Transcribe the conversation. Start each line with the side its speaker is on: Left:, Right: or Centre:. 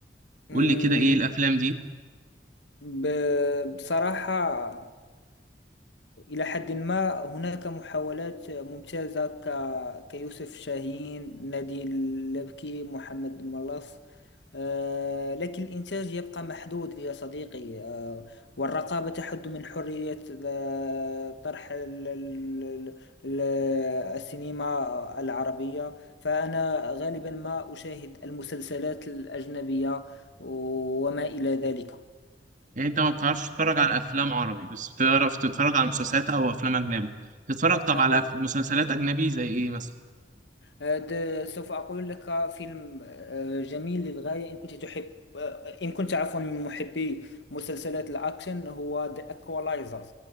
Left: أمم،
Right: قول لي كده إيه الأفلام دي
Left: ب- بصراحة إلى حد ما هناك محاولات ممتازة ك... كيوسف شاهين نادي اللبكي محمد ملاص آه، لكن الإنتاج يبقى محدود يا صديقي آه، والرقابة تحد من حرية آه، طرح ال- ال- ال- ال- السينما العربية فأنا غالبا ما أشاهد المسلسلات الأجنبية وما إلى ذلك
Right: يعني أنت ما بتعرفش تتفرج على أفلام عربي بس بتعرف تتفرج على مسلسلات أو أفلام أجنبي تتفرج طب
Left: أنا
Right: على أف- مسلسلات أجنبي زي إيه مثلا
Left: هذا سوف أقول لك فيلم آه، جميل للغاية إن كنت تحب آه، إن كنت عفوا من محبي مسلسلات الأكشن هو The Equalizers